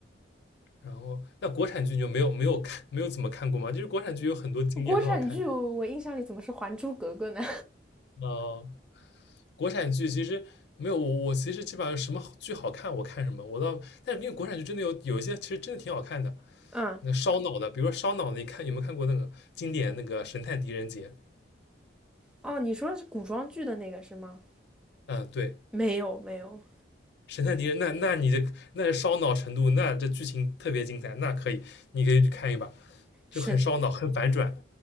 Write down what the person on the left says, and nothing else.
然后那国产剧你就没有没有看没有怎么看过吗？就是国产剧有很多经典很好看的，
呃，国产剧其实没有我，我其实基本上什么剧好看我看什么，我倒，但是因为国产剧真的有有一些其实真的挺好看的，
那烧脑的，比如说烧脑的，你看有没有看过那个经典那个《神探狄仁杰》？
嗯，对，
《神探狄仁》那那你这那是烧脑程度，那这剧情特别精彩，那可以，你可以去看一把，就很烧脑，
很反转。